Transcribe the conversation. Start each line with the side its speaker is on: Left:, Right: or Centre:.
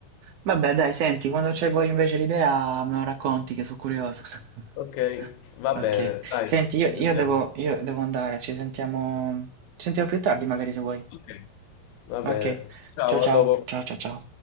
Right: Vabbè, dai, senti, quando c'hai poi invece l'idea me lo racconti che sono curioso. <laughs>
Left: Ok, va bene,
Right: Ok.
Left: dai,
Right: Senti, io,
Left: ci sentiamo.
Right: io devo, io devo andare, ci sentiamo, ci sentiamo più tardi magari se vuoi.
Left: Ok, Va bene.
Right: Ok.
Left: ciao,
Right: Ciao ciao,
Left: a dopo.
Right: ciao ciao ciao.